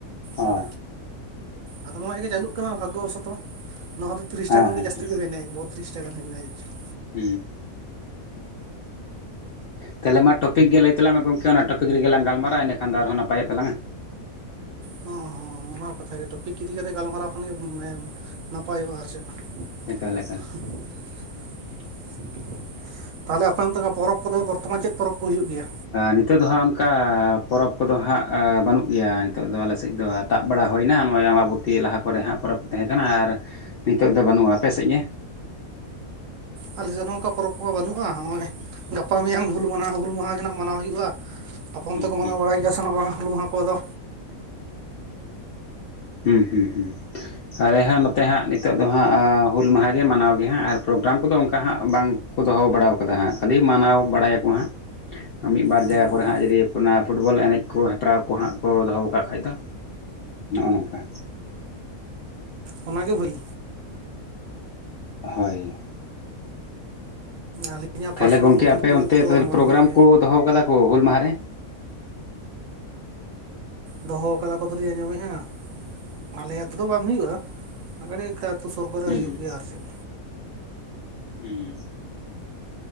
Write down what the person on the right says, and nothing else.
ᱦᱮᱸ
ᱟᱫᱚ ᱱᱚᱣᱟ ᱜᱮ ᱪᱟᱹᱞᱩᱜ ᱠᱟᱱᱟ, ᱵᱷᱟᱜᱚ ᱵᱚᱥᱚᱛᱚ ᱱᱚᱣᱟ ᱫᱚ ᱛᱤᱨᱤᱥ
ᱴᱟ ᱠᱷᱚᱱ
ᱜᱮ ᱡᱟᱹᱛᱤ
ᱜᱮ ᱦᱩᱭ ᱮᱱᱟ ᱵᱚᱛ ᱛᱤᱨᱤᱥ ᱴᱟ <unintelligible>
ᱦᱚᱸ ᱦᱚᱸ, ᱚᱱᱟ ᱦᱚᱸ ᱠᱟᱛᱷᱟ ᱜᱮ ᱴᱚᱯᱤᱠ ᱤᱫᱤ ᱠᱟᱛᱮ ᱜᱟᱞᱢᱟᱨᱟᱣ ᱠᱷᱟᱱ ᱜᱮ ᱱᱟᱯᱟᱭᱚᱜᱼᱟ ᱟᱨ ᱪᱮᱫ᱾ <unintelligible>
ᱛᱟᱦᱚᱞᱮ ᱟᱯᱮ ᱚᱱᱛᱮ ᱫᱚ ᱯᱚᱨᱚᱵᱽ ᱠᱚᱫᱚ ᱵᱚᱨᱛᱚᱢᱟᱱ ᱪᱮᱫ ᱯᱚᱨᱚᱵᱽ ᱠᱚ ᱦᱩᱭᱩᱜ ᱜᱮᱭᱟ?
ᱟᱞᱮ ᱥᱮᱫ ᱦᱚᱸ ᱱᱚᱝᱠᱟ ᱯᱚᱨᱚᱵᱽ ᱠᱚᱦᱚᱸ ᱵᱟᱹᱱᱩᱜᱼᱟ, ᱱᱚᱜᱼᱚᱭ ᱜᱟᱯᱟ ᱢᱮᱭᱟᱝ ᱦᱩᱞ <unintelligible> ᱢᱟᱦᱟ ᱜᱮ ᱢᱟᱱᱟᱣ ᱦᱩᱭᱩᱜᱼᱟ᱾ ᱟᱯᱮ ᱚᱱᱛᱮ
ᱠᱚ ᱢᱟᱱᱟᱣ
ᱵᱟᱲᱟᱭ ᱜᱮᱭᱟ ᱠᱚ ᱥᱮ ᱱᱚᱣᱟ ᱦᱩᱞ ᱢᱟᱦᱟ ᱠᱚᱫᱚ?
ᱦᱩᱸ
ᱚᱱᱟ ᱜᱮ ᱱᱷᱟᱹᱭ
ᱟᱹᱞᱤᱧᱟᱜ
ᱯᱟᱨᱥᱚᱱᱟᱞ
ᱳᱯᱤᱱᱤᱭᱚᱱ
ᱛᱮᱫᱚ
ᱱᱚᱣᱟ
ᱜᱮᱞᱮ
ᱫᱚᱦᱚ ᱟᱠᱟᱫᱟ ᱠᱚ ᱛᱚ ᱟᱸᱡᱚᱢ ᱮᱜᱼᱟ᱾ ᱟᱞᱮ ᱟᱹᱛᱩ ᱫᱚ ᱵᱟᱝ ᱦᱩᱭᱩᱜᱼᱟ, ᱟᱞᱮ ᱠᱟ ᱟᱹᱛᱩ ᱥᱩᱨ ᱠᱚᱨᱮ
ᱦᱩᱭᱩᱜ
ᱜᱮᱭᱟ ᱟᱨ ᱪᱮᱫ ᱾